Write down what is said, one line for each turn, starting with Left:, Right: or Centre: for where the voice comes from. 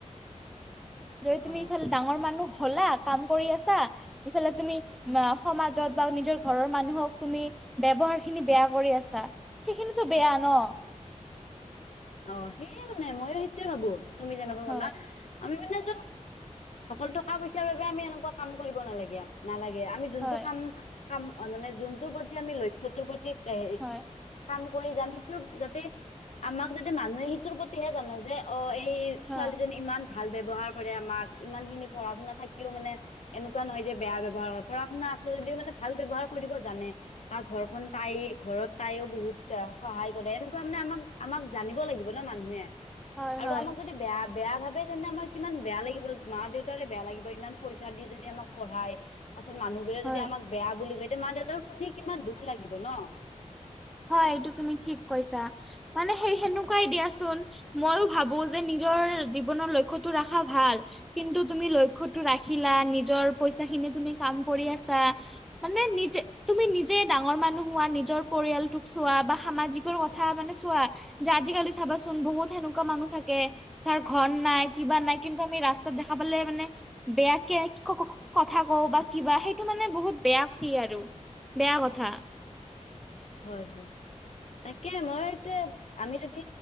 Centre: যদি
Left: অ
Centre: তুমি ইফালে ডাঙৰ মানুহ হ'লা কাম কৰি আছা। ইফালে তুমি অ', সমাজত বা নিজৰ ঘৰৰ মানুহক তুমি ব্যৱহাৰ খিনি বেয়া কৰি আছা সেইখিনিটো বেয়া ন'?
Left: অ', সেয় মানে মইও সেইটোৱে ভাবো তুমি যেনেকৈ
Centre: হয়
Left: ক'লা। আমি মানে এজন অকল টকা-পইচাৰ বাবে আমি এনেকুৱা কাম কৰিব নালাগে নালাগে আমি যোনটো
Centre: হয়
Left: কাম কাম মানে যোনটোৰ প্ৰতি আমি লক্ষ্য টোৰ প্ৰতি হেৰি
Centre: হয়
Left: কাম কৰি যাম সেইটো, যাতে যদি মানুহে সিটোৰ প্ৰতিহে জানে যে অ', এই
Centre: হা
Left: ছোৱালীজনী ইমান ভাল ব্যৱহাৰ কৰে আমাক, ইমান খিনি পঢ়া শুনা থাকিও মানে এনেকুৱা নহয় যে, বেয়া ব্যৱহাৰ কৰে। পঢ়া শুনা আছে যদিও মানে ভাল ব্যৱহাৰ কৰিব জানে বা ঘৰখন তাই ঘৰত তাইও বহুত সহায় কৰে, এনেকুৱা মানে আমাক আমাক জানিব লাগিব ন' মানুহে।
Centre: হয়
Left: আৰু
Centre: হয়
Left: আমাক যদি বেয়া বেয়া ভাবে তেন্তে আমাৰ কিমান বেয়া লাগিব মা দেউতাৰে বেয়া লাগিব ইমান পইচা দি যদি আমাক পঢ়ায়, পাছত মানুহবোৰে
Centre: হয়
Left: যদি আমাক বেয়া বুলি কয় এতিয়া মা দেউতা শুনি কিমান দুখ লাগিব ন'?
Centre: হয়, এইটো তুমি ঠিক কৈছা মানে সেই সেনেকুৱাই দিয়াচোন। ময়ো ভাবো যে, নিজৰ জীৱনৰ লক্ষ্যতটো ৰখা ভাল। কিন্তু তুমি লক্ষ্যটো ৰাখিলা নিজৰ পইচা খিনি তুমি কাম কৰি আছা। মানে নিজে তুমি নিজে ডাঙৰ মানুহ হোৱা নিজৰ পৰিয়াল তোক চোৱা বা সামাজিকৰ কথা মানে চোৱা যে, আজিকালি চাবাচোন বহুত সেনেকুৱা মানুহ থাকে। যাৰ ঘৰ নাই কিবা নাই কিন্তু আমি ৰাস্তাত দেখা পালে মানে বেয়াকে কথা কওঁ বা কিবা সেইটো মানে বহুত বেয়া কি আৰু। বেয়া কথা।
Left: হয়, হয়, তাকে মই এইটো আমি যদি